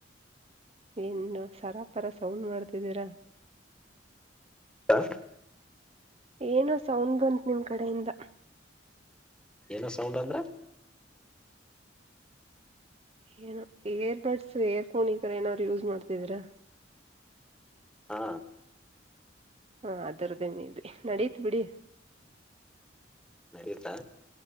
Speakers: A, on the right; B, in the centre.
A: ಏನ್ನೊ ಸರಾ ಪರಾ ಸೌಂಡ್ ಮಾಡ್ತಿದ್ದೀರಾ.
B: ಹಾ
A: ಏನೋ ಸೌಂಡ್ ಬಂತ್ ನಿಮ್ ಕಡೆಯಿಂದ.
B: ಏನೊ ಸೌಂಡ್ ಅಂದ್ರೆ.
A: ಏನೊ ಏರ್ ಬಡ್ಸ್ ಏರ್ಫೋನ್ ಈ ತರ ಏನಾದ್ರು ಯೂಸ್ ಮಾಡ್ತಿದಿರಾ.
B: ಹ್ಮಾ
A: ಹ್ಮ್ ಅದರದ್ದೇ ಮೇ ಬಿ ನಡೀತ್ ಬಿಡಿ.
B: ನಡಿಯುತ್ತಾ.